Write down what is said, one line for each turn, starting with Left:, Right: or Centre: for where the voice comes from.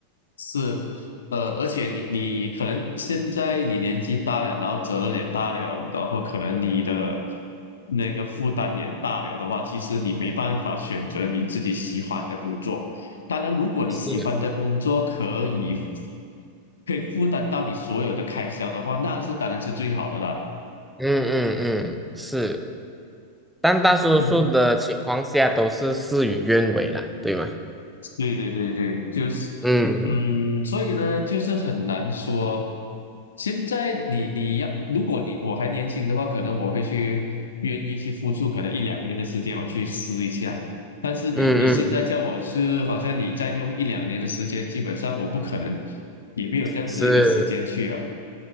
Left: 是，呃，而且你你可能现在你年纪大了，然后责任也大了，然后可能你的那个负担也大了的话，其实你没办法选择你自己喜欢的工作。当然，如果你喜欢的工作可以。
Centre: 是。的。
Left: 可以负担到你所有的开销的话，那是当然是最好的啦。
Centre: 嗯嗯嗯，是。但大多数的情况下都是事与愿违了，
Left: 嗯
Centre: 对吗？
Left: 对对对对，就是，
Centre: 嗯嗯
Left: 嗯，所以呢，就是很难说。现在你你要，如果你我还年轻的话，可能我会去愿意去付出，可能一两年的时间我去试一下。但是你你现在叫我是，
Centre: 嗯嗯，嗯
Left: 好像你再用一两年的时间，基本上我不可能，也没有这样子一个时间去啊。
Centre: 是，